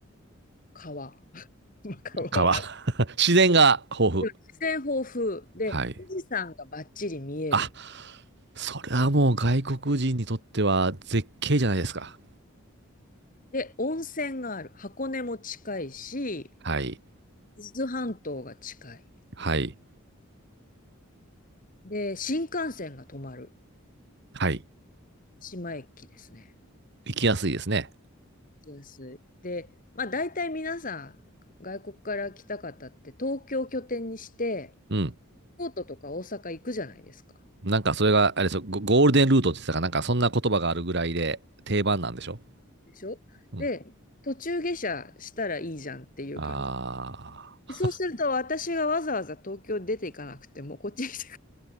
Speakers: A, on the left; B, on the right.
A: 川。<laughs> まあ川はある。
B: 川。<laughs> 自然が豊富。
A: 自然豊富で、
B: はい。
A: 富士山がバッチリ見える。
B: あ、それはもう外国人にとっては絶景じゃないですか。
A: で、温泉がある。箱根も近いし、
B: はい。
A: 伊豆半島が近い。
B: はい。
A: で、新幹線が止まる。
B: はい。
A: 三島駅ですね。
B: 行きやすいですね。
A: 行きやすい。で、まあ大体皆さん、外国から来た方って東京拠点にして、
B: うん。
A: 京都とか大阪行くじゃないですか。
B: なんかそれが、あれですよ、ゴゴールデンルートって言ってたかなんかそんな言葉があるぐらいで定番なんでしょ
A: でしょで、
B: うん。
A: 途中下車したらいいじゃんっていう感
B: ああ。
A: そうすると私がわざわざ東京に出ていかなくてもこっちに来